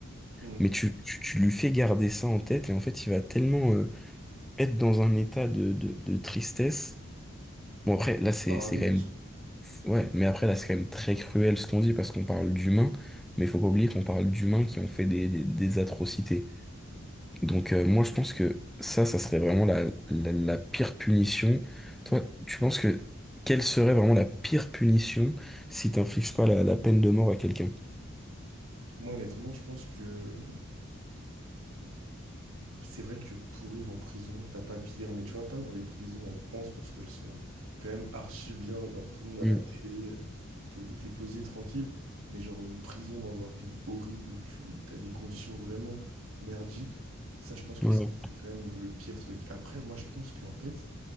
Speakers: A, on the right; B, in the centre.
A: Hmm.
B: mais tu, tu, tu lui fais garder ça en tête et en fait il va tellement euh, être dans un état de, de, de tristesse. Bon après là c'est
A: Parano
B: c'est quand
A: aussi.
B: même ouais, mais après là c'est quand même très cruel ce qu'on dit parce qu'on parle d'humains, mais faut pas oublier qu'on parle d'humains qui ont fait des, des des atrocités. Donc euh, moi je pense que ça, ça serait vraiment la, la, la pire punition. Toi, tu penses que quelle serait vraiment la pire punition si t'infliges pas la, la peine de mort à quelqu'un?
A: Moi, honnêtement, je pense que c'est vrai que pourrir en prison, t'as pas pire, mais tu vois, pas dans les prisons en France parce qu'elles sont quand même archi bien, genre tout le monde à
B: Mm,
A: la télé, euh, t'es, t'es posé tranquille, mais genre une prison dans un pays horrible où tu t'as des conditions vraiment merdiques, ça, je pense que
B: voilà.
A: ça, c'est quand même le pire truc. Après, moi, je pense qu'en fait,